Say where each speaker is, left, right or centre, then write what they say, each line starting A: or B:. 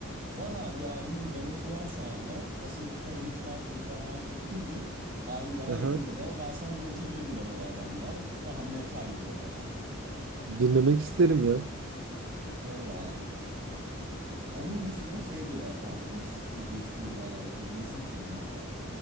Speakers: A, on the right; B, on the right.
A: Var abi albümün demosu var şu anda. Asıl pe- mix mastering falan her şey bitince albümü zaten
B: Aha.
A: yenileyeceğiz ama ben sana dinletebilirim demolardan bile ama daha metal böyle yani.
B: Dinlemek isterim ya.
A: <laughs> Olur abi. Onun dışında şey de ya- yaptım şu geçtiğimiz zamanlarda çok resim çizdim abi.